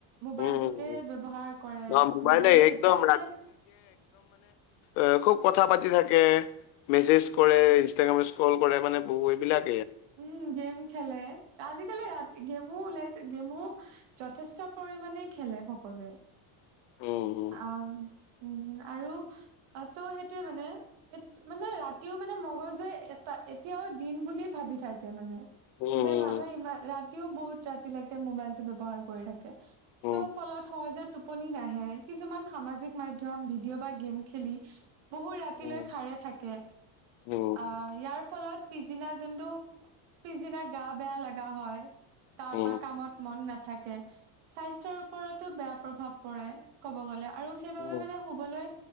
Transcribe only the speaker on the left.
উম, হুম, হুম।
অ' মোবাইলে
একদম
এ', খুব কথা পাতি থাকে, মেছেজ কৰে, ইনষ্টাগ্ৰাম স্ক্ৰল কৰে মানে বহু এইবিলাক
উম, হুম।
উম,
উম,
উম,
উম,
উম, উম।
উম,